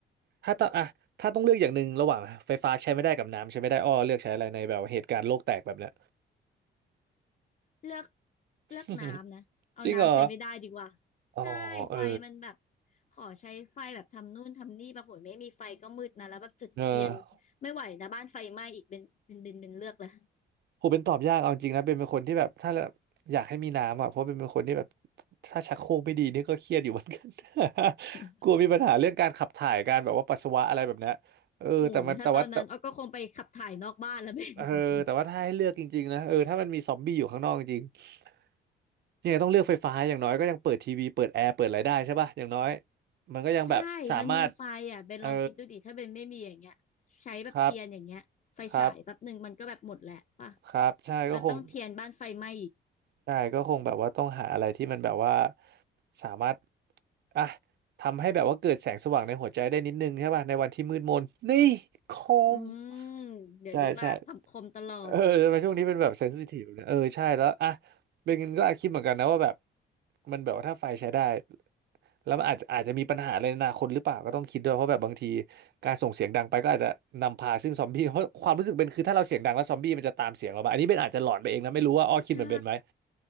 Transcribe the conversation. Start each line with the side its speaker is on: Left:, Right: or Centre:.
Right: ถ้าต้องอ่ะถ้าต้องเลือกอย่างหนึ่งระหว่างไฟฟ้าใช้ไม่ได้กับน้ำใช้ไม่ได้อ้อเลือกใช้อะไรในแบบเหตุการณ์โลกแตกแบบเนี้ย
Left: เลือก
Right: <laughs>
Left: เลือกน้ำนะเอาน้ำใช้ไม่ได้ดีกว่า
Right: จริงเหรออ๋อเออ
Left: ใช่ไฟมันแบบขอใช้ไฟแบบทำนู่นทำนี่ปรากฏไม่มีไฟก็มืดนะแล้วแบบจุดเทียน
Right: เออ
Left: ไม่ไหวนะบ้านไฟไหม้อีกเป็นเป็นเป็นเป็นเลือกละ
Right: ผมเป็นตอบยากเอาจริงนะเป็นเป็นคนที่แบบถ้าแอยากให้มีน้ำอ่ะเพราะเป็นเป็นคนที่แบบถ้าชักโครกไม่ดีนี่ก็เครียดอยู่เหมือนกัน
Left: <laughs>
Right: <laughs> กลัวมีปัญหาเรื่องการขับถ่ายการแบบว่าปัสสาวะอะไรแบบเนี้ยเออแต่มันแต่ว่าแต่
Left: โอ้ถ้าตอนนั้นอ้อก็คงไปขับถ่ายนอกบ้านแล้วเบน
Right: เออแต่ว่าถ้าให้เลือกจริงๆนะเออถ้ามันมีซอมบี้อยู่ข้างนอกจริง
Left: <laughs>
Right: ๆยังไงต้องเลือกไฟฟ้าอย่างน้อยก็ยังเปิดทีวีเปิดแอร์เปิดอะไรได้ใช่ป่ะอย่างน้อยมันก็ยังแบบสามารถ
Left: ใช่มันมีไฟอ่ะเบนลองคิดดูดิถ้าเบนไม่มีอย่างเงี้ยใช้แบบเทียนอย่างเงี้ยไฟฉายแป๊บหนึ่งมันก็แบบหมดแหละป่ะ
Right: เออครับครับครับใช่ก็คง
Left: เราต้องเทียนบ้านไฟไหม้อีก
Right: ใช่ก็คงแบบว่าต้องหาอะไรที่มันแบบว่าสามารถอ่ะทำให้แบบว่าเกิดแสงสว่างในหัวใจได้นิดนึงใช่ป่ะในวันที่มืดมนนี่ค
Left: อืมเดี๋ยวนี้มาคำคมตลอด
Right: มใช่ใช่เออทำไมช่วงนี้เป็นแบบเซนซิทีฟเนี่ยเออใช่แล้วอ่ะเบนก็อาจคิดเหมือนกันนะว่าแบบมันแบบว่าถ้าไฟใช้ได้แล้วมันอาจจะอาจจะมีปัญหาอะไรในอนาคตหรือเปล่าก็ต้องคิดด้วยเพราะแบบบางทีการส่งเสียงดังไปก็อาจจะนำพาซึ่งซอมบี้เพราะความรู้สึกเป็นคือถ้าเราเสียงดังแล้วซอมบี้มันจะตามเสียงเรามาอันนี้เบนอาจจะหลอนไปเองนะไม่รู้ว่าอ้อคิดเหมือนเบนไหม
Left: ใช่